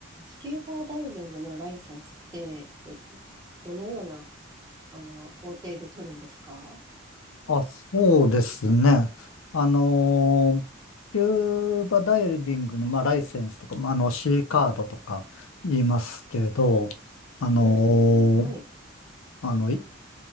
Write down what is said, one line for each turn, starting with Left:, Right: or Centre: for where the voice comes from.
Right: スキューバダイビングのライセンスって、えどのような、あの、工程で取るんですか
Left: あ、そうですね。あのースキューバダイビングの、まあ、ライセンスとか、まあ、あの、C カードとか言いますけど、あの
Right: うーん、はい、
Left: ーあの、い